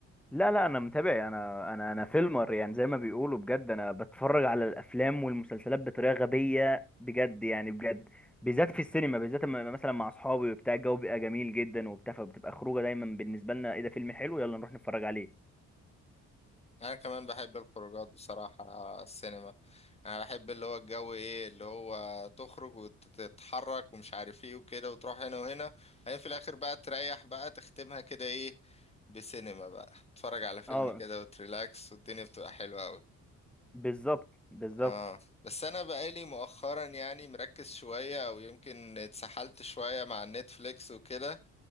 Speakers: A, in the centre; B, on the left.
A: لا لا انا متابع انا انا انا فيلمر يعني زي ما بيقولوا بجد انا بتفرج على الافلام والمسلسلات بطريقه غبيه بجد يعني بجد بالذات في السينما بالذات لما- مثلا مع اصحابي وبتاع الجو بيبقى جميل جدا وبتاع فبتبقى خروجه دايما بالنسبه لنا ايه ده فيلم حلو يلا نروح نتفرج عليه
B: انا كمان بحب الخروجات بصراحة السينما انا بحب اللي هو الجو ايه اللي هو تخرج وتتحرك ومش عارف ايه وكده وتروح هنا وهنا بعدين في الاخر بقى تريح بقى تختمها كده ايه بسينما بقى تتفرج على فيلم
A: اه
B: كده وتريلاكس والدنيا بتبقى حلوة قوي
A: بالظبط بالظبط
B: اه بس انا بقالي مؤخرا يعني مركز شوية او يمكن اتسحلت شوية مع النتفليكس وكده